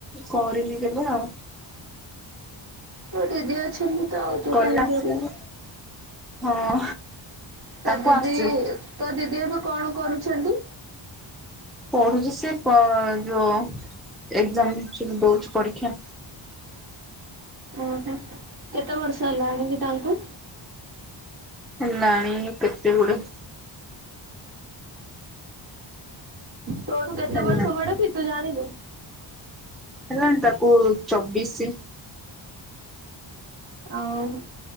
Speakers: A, in the centre; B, on the right (about 50°).
A: କରିନି କେବେ ଆଉ।
B: ତ ଦିଦି ଅଛନ୍ତି। ତ ତୁ
A: କଲେ
B: କହି
A: ଆସିବ
B: କରଥିଲ
A: ହଁ ତାକୁ
B: ତ ଦିଦି
A: ଆସୁଛି।
B: ତ ଦିଦି ଏବେ କଣ କରୁଛନ୍ତି?
A: ପଢୁଛି ସେ ଯୋଉ ଏକ୍ଜାମ ସବୁ ଦଉଛି ପରୀକ୍ଷା।
B: ଓ ହ କେତେ ବର୍ଷ ହେଲା ଆଣିକି ତାଙ୍କୁ।
A: ନାଇଁ ହେଲାଣି କେତେ ଗୁଡେ।
B: ତୋଠୁ କେତେ
A: ହେଲା
B: ବର୍ଷ ବଡ କି ତୁ ଜାଣିନୁ?
A: ହେଲାଣି ତାକୁ ଚବିସି।
B: ଆଉ